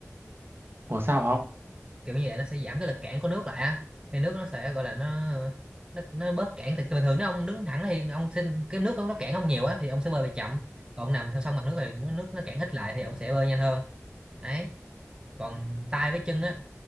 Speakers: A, on the right (about 45°); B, on the right (about 20°).
A: ủa sao không
B: kiểu như vậy nó sẽ giảm cái lực cản của nước lại á thì nước nó sẽ gọi là nó nó, nó bớt cản thì bình thường nếu ông đứng thẳng thì ông xin cái nước nó nó cản ông nhiều á thì ông sẽ bơi bị chậm còn ông nằm theo song mặt nước thì nó nước nó cản ít lại thì ông sẽ bơi nhanh hơn đấy còn tay với chân á